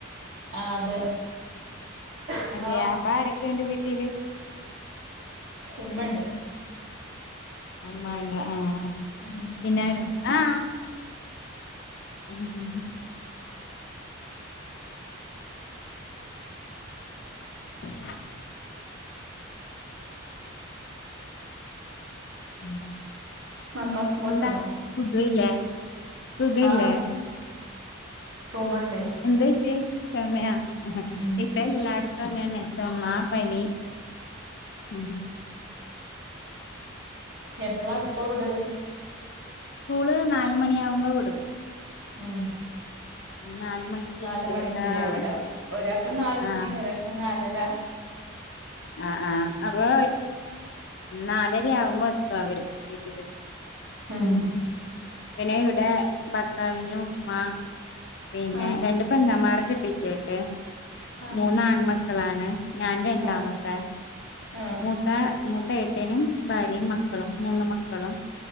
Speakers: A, on the right; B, on the left.
A: ആഹ് അതെ നിങ്ങളോ
B: അതെയാ അപ്പൊ ആരൊക്കെയുണ്ട് വീട്ടില്
A: ഉമ്മണ്ട്
B: അമ്മണ്ട ആഹ്
A: ഉം
B: പിന്നൊര ആഹ ഉം ഉം <inaudible> ഉം
A: മക്കളെ സ്കൂളിട്ടന്നോ
B: എന്താ സുഖല്ല സുഖ
A: ആഹ്
B: ഇല്ലേ
A: ചുമണ്ടേ
B: എന്തയിട്ട് ചൊമയാ
A: ഉം
B: പ്പല്ലാടുത്തങ്ങന തന്നെ ചൊമ പനി ഉം
A: എപ്പഴാ സ്കൂൾ വിടല്
B: സ്കൂള് നാല് മണിയാവുമ്പോ വിടും
A: ഉം
B: നാല് മണിക്ക്
A: നാല
B: ശരി
A: മണിക്കല്ലേ
B: ആഹ്
A: എവിടെ ഒരാക്കെ നാല
B: ആഹ്
A: മണി ഒരാ നാലരാ
B: ആ ആഹ് അപ്പൊ നാലരയാവുമ്പോ എത്ത അവര് വീട്ടി
A: ഉം
B: പിന്നെ ഇവിടെ ഭർത്താവിന്റെ ഉമ്മ പിന്നെ
A: ആഹ്
B: രണ്ട് പെങ്ങമ്മാരെ കെട്ടീച്ചേട്ട്
A: ആഹ്
B: മൂന്നാൺമക്കളാണ് ഞാൻ രണ്ടാമത്തെ
A: ആഹ് ആഹ്
B: മൂത്ത മൂത്ത എട്ടേന ഭാര്യ മ ക്കളും മൂന്ന് മക്കളും